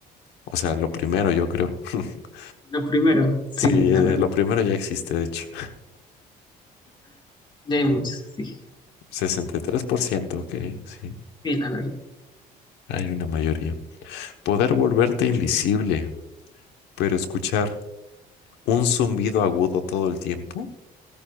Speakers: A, on the left; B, on the left.
A: O sea, lo primero yo creo. <laughs>
B: Lo primero, sí,
A: Sí,
B: la
A: eh,
B: verdad.
A: lo primero ya existe, de hecho.
B: Ya hay muchos, sí,
A: sesenta y tres por ciento ok, sí,
B: sí, la verdad.
A: hay una mayoría. Poder volverte invisible, pero escuchar un zumbido agudo todo el tiempo,